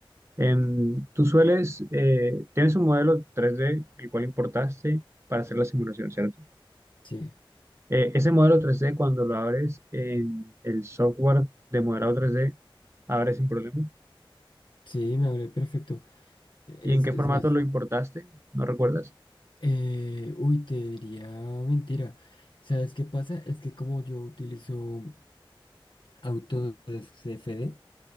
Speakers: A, on the right; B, on the left.
A: Em, tú sueles, eh, tienes un modelo 3D, el cual importaste para hacer la simulación, ¿cierto?
B: Sí,
A: Eh, ese modelo 3D, cuando lo abres en el software de modelado 3D, abre sin problema.
B: sí, me hablé perfecto. Es,
A: ¿Y en qué
B: es
A: formato
B: más,
A: lo importaste? ¿No recuerdas?
B: eh, uy, te diría mentira. ¿Sabes qué pasa? Es que como yo utilizo Autodesk CFD,